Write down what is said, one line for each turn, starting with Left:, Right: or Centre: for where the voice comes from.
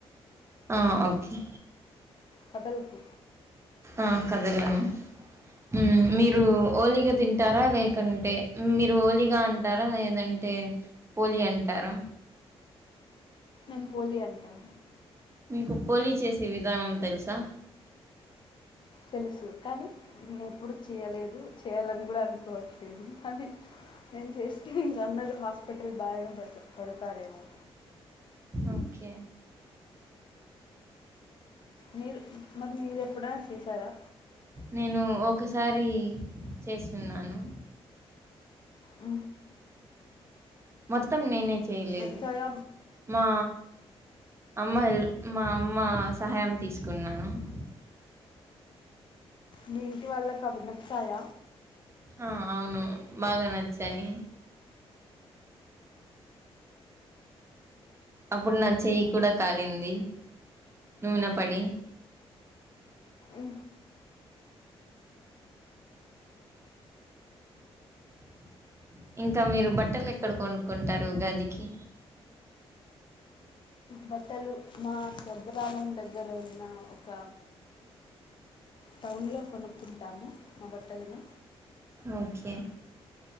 Right: ఆ ఓకే
Left: కదలకు
Right: ఆ కదలను ఉ మీరు
Left: మ్మ్.
Right: ఓలిగా తిం టారా లేకుంటే మీరు ఓలిగా అంటారా లేదంటే పోలి అంటారా
Left: మేము పోలి అంటాం
Right: మీకు పోలి చేసే విధానం తెలుసా
Left: తెలుసు కానీ నేను ఎప్పుడు చేయలేదు చేయాలని కూడా అనుకోవట్లేదు అది నేను చేస్తే ఇంక అందరు హాస్పిటల్ బారీనా పడుతారేమో
Right: ఓకే
Left: మీరు మరి మీరు ఎప్పుడైనా చేసారా
Right: నేను ఒక్కసారి చేసిన్నాను
Left: అ
Right: మొత్తం నేనే చేయలేదు
Left: నచ్చాయా
Right: మా అమ్మ హెల్ప్ మా అమ్మ సహాయం తీసుకున్నాను <inaudible>
Left: మీ ఇంటి వాళ్ళకు అవి నచ్చాయ
Right: ఆ అవును బాగా నచ్చాయి అప్పుడు నా చెయ్యి కూడా కాలింది నూనే పడి
Left: ఉ
Right: <inaudible> ఇంకా మీరు బట్టలు ఎక్కడ కొనుక్కుంటారు ఉగాదికి
Left: బట్టలు మా స్వగ్రామం దగ్గర ఉన్న ఒక టౌన్ లో కొనుక్కుంటాము మా బట్టలను
Right: ఓకే